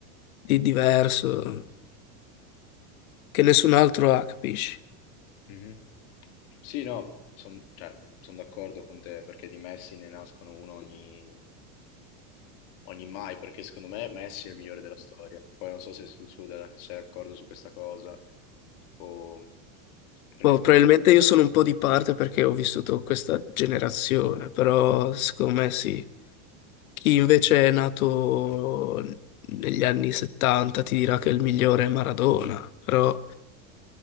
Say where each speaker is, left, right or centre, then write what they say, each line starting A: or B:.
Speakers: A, on the left (about 75°); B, on the left (about 45°).
A: di diverso che nessun altro ha, capisci?
B: Mhm. Sì, no, sono d'accordo con te, perché di Messi ne nascono uno ogni, ogni mai, perché secondo me Messi è il migliore della storia. Poi non so se tu- tu da- sei d'accordo su questa cosa, o... perché
A: Boh, probabilmente io sono un po' di parte perché ho vissuto questa generazione, però secondo me sì. Chi invece è nato negli anni 70 ti dirà che il migliore è Maradona, però